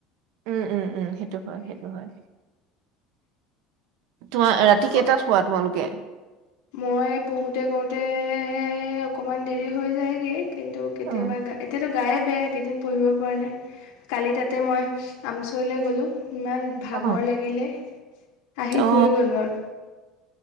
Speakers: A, on the right; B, on the left.
A: উম উম উম সেইটো হয় সেইটো হয়। তোমাৰ ৰাতি
B: ক
A: কেইটাত শুৱা তোমালোকে?
B: মই পঢ়োতে কৰোতে অকমান দেৰি হৈ যায়গৈ। কিন্তু কেতিয়াবা
A: অ
B: গা এতিয়াতো গায়ে বেয়া একেইদিন পঢ়িব পৰা নাই, কালি তাতে মই আমচৰিলৈ গ'লোঁ। ইমান ভাগৰ
A: অ
B: লাগিলে আহি
A: অ
B: শুই গলোঁ আৰু।